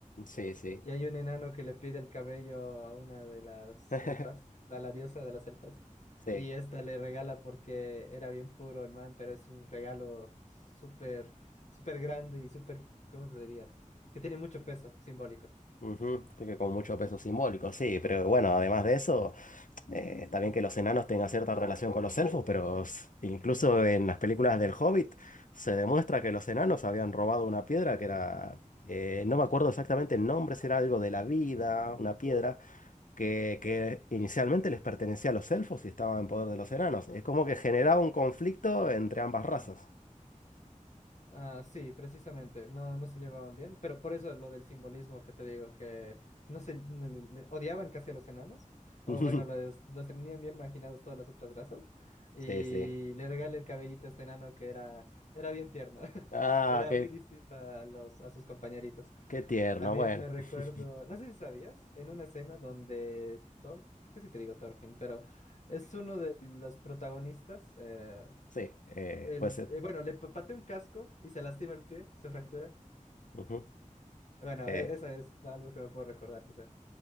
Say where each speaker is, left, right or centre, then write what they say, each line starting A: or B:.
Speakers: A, on the left (about 70°); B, on the left (about 60°).
A: Sí, sí,
B: Y hay un enano que le pide el cabello a una de las
A: <laughs>
B: elfas, a la diosa de las elfas,
A: sí.
B: y esta le regala porque era bien puro el man, pero es un regalo súper, súper grande y súper, ¿cómo se diría? Que tiene mucho peso simbólico.
A: Ujú, así que con mucho peso simbólico, sí, pero bueno, además de eso, eh, está bien que los enanos tengan cierta relación con los elfos, pero s- incluso en las películas del Hobbit se demuestra que los enanos habían robado una piedra que era, eh, no me acuerdo exactamente el nombre, si era algo de la vida, una piedra, que, que inicialmente les pertenecía a los elfos y estaba en poder de los enanos. Es como que generaba un conflicto entre ambas razas.
B: Ah, sí, precisamente, no, no se llevaban bien, pero por eso lo del simbolismo que te digo, que no se no le- le- odiaban casi a los enanos, o
A: <laughs>
B: bueno, los, los tenían bien marginados todas las otras razas, y
A: Sí, sí.
B: le regala el cabellito a este enano que era, era bien tierno, <laughs>
A: Ah,
B: era
A: qué,
B: muy distinto a los, a sus compañeritos.
A: qué tierno.
B: También
A: Bueno.
B: me recuerdo,
A: <laughs>
B: no sé si sabías, en una escena donde Thor, casi te digo Thorfinn, pero es uno de los protagonistas, eh,
A: Sí, eh,
B: el,
A: puede ser.
B: eh, bueno, le pa- pateé un casco y se lastima el pie, se fractura.
A: Ujú.
B: Bueno,
A: Eh,
B: e- eso es algo que me puedo recordar, quizá.